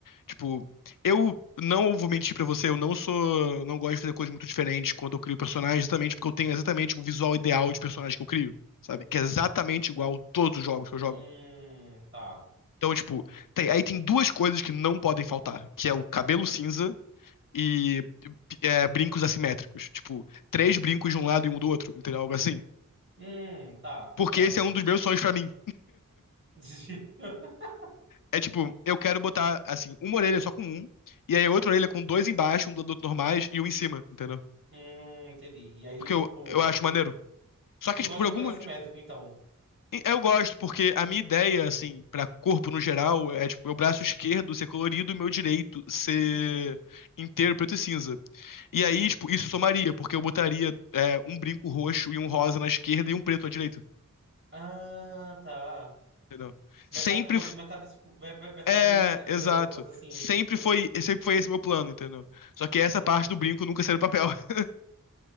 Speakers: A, on the left; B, on the right.
A: Tipo, eu não vou mentir pra você, eu não sou, não gosto de fazer coisas muito diferentes quando eu crio personagens, exatamente porque eu tenho exatamente o visual ideal de personagem que eu crio, sabe? Que é exatamente igual a todos os jogos que eu jogo.
B: Hum, tá.
A: Então, tipo, tem- aí tem duas coisas que não podem faltar, que é o cabelo cinza e é, brincos assimétricos. Tipo, três brincos de um lado e um do outro, entendeu? Algo assim.
B: Hum, tá,
A: Porque
B: certo.
A: esse é um dos meus sonhos pra mim.
B: <laughs>
A: É tipo, eu quero botar, assim, uma orelha só com um, e aí outra orelha com dois embaixo, um do outro normais e um em cima, entendeu?
B: Hum, entendi. E aí,
A: Porque eu,
B: tipo,
A: eu acho maneiro. Só que,
B: tu
A: tipo,
B: gosta
A: por algum.
B: de coisa assimétrica, então?
A: Eu gosto, porque a minha ideia, assim, pra corpo no geral, é, tipo, meu braço esquerdo ser colorido e meu direito ser
B: Uhum.
A: inteiro preto e cinza. E aí, tipo, isso somaria, porque eu botaria, é, um brinco roxo e um rosa na esquerda e um preto à direita.
B: Ah, tá.
A: entendeu?
B: Metade
A: Sempre.
B: colorido,
A: f-
B: metade, escu- me- me- metade
A: É,
B: preto
A: exato.
B: e branco, coisa assim.
A: Sempre
B: Engra-
A: foi, sempre foi esse meu plano, entendeu? Só que
B: Uhum.
A: essa parte do brinco nunca saiu do papel. <laughs>